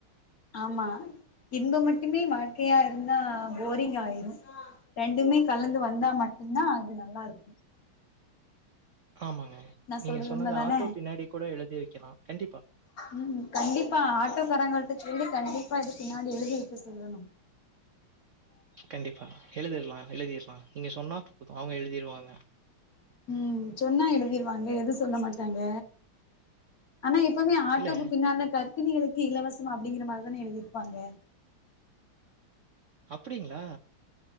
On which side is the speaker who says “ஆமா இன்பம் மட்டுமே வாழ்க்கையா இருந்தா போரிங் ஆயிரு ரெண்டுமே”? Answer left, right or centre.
Left